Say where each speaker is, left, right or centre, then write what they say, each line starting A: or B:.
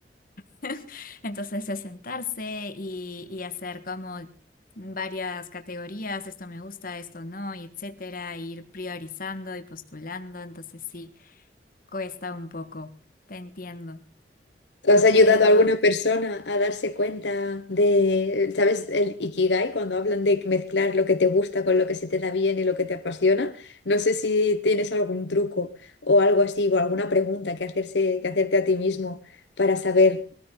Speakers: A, on the left; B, on the left.
A: <laughs> Entonces es sentarse y, y hacer como varias categorías, esto me gusta, esto no, y etcétera, e ir priorizando y postulando, entonces sí, cuesta un poco, te entiendo.
B: ¿Tú has ayudado
A: pero
B: a alguna persona a darse cuenta de, ¿sabes? El Ikigai, cuando hablan de mezclar lo que te gusta con lo que se te da bien y lo que te apasiona. No sé si tienes algún truco o algo así, o alguna pregunta que hacerse, que hacerte a ti mismo para saber